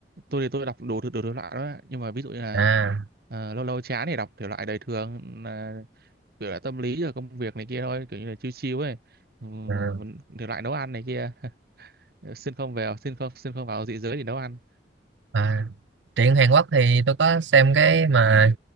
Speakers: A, on the right; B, on the right.
A: tôi thì tôi đọc đồ thứ đồ thể loại đó nhưng mà ví dụ như là
B: à,
A: ờ, lâu lâu chán thì đọc thể loại đời thường là kiểu là tâm lý rồi công việc này kia thôi kiểu như là chill chill ấy ừ,
B: à
A: thể loại nấu ăn này kia <laughs> xin không vào xin không xin không vào dị giới thì nấu ăn
B: à, truyện Hàn Quốc thì tôi có xem cái mà